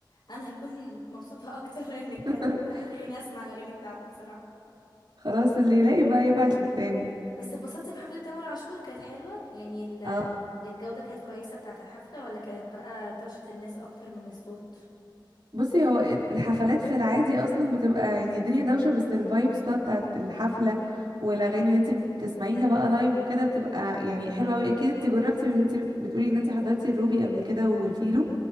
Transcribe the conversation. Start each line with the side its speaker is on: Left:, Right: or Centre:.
Left: انا هكون مبسوطه اكتر <laughs> انك
Right: <laughs>
Left: كانت راح تخليني اسمع الاغاني بتاعته بصراحه
Right: خلاص اللي يلاقي بقى يبعت للتاني
Left: بس اتبسطتي في حفله تامر عاشور كانت حلوه يعني ال-
Right: اه
Left: الجوده كانت كويسه بتاعه الحفله ولا كانت بقى دوشه الناس اكتر من الصوت
Right: بصي هو ال- الحفلات في العادي اصلا بتبقى يعني الدنيا دوشه بس الفايبس بقى بتاعت الحفله والاغاني اللي انت بتسمعيها بقى لايف وكده بتبقى يعني حلوه قوي اكيد انت جربتي عشان انت بتقولي ان انت حضرتي الروبي قبل كده والفيلو